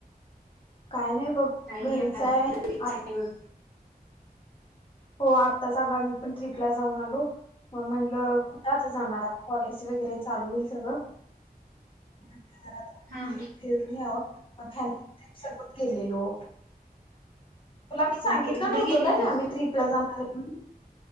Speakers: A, on the left; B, on the right.
A: काय नाही बघ
B: काही नाही
A: घरीच
B: आहे
A: हाय
B: घरीच
A: आ
B: आहे बघ.
A: हो आत्ताच आम्ही मी पण ट्रीपला जाऊन आलो म्हणलं कुठ आता जाणार आता कॉलेज वगैरे चालू होईल सगळं. <unintelligible>
B: हा
A: फी फीरुन याव <unintelligible> गेलेलो. तुला मी सांगितलं
B: ओके कुठे
A: नव्हतं
B: गेलेला?
A: काय आम्ही ट्रीपला जाणार आहे म्ह